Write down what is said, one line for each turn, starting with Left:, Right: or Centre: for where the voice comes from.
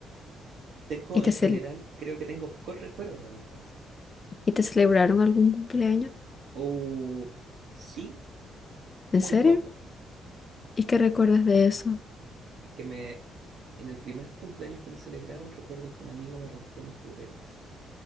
Right: tengo
Left: ¿Y te,
Right: en
Left: cel-
Right: general, creo que tengo pocos recuerdos de mi infancia.
Left: y te celebraron algún cumpleaños?
Right: O sí,
Left: ¿En
Right: muy
Left: serio?
Right: pocos.
Left: ¿Y qué recuerdas de eso?
Right: Y que me en el primer cumpleaños que me celebraron, recuerdo que un amigo me rompió mis juguetes.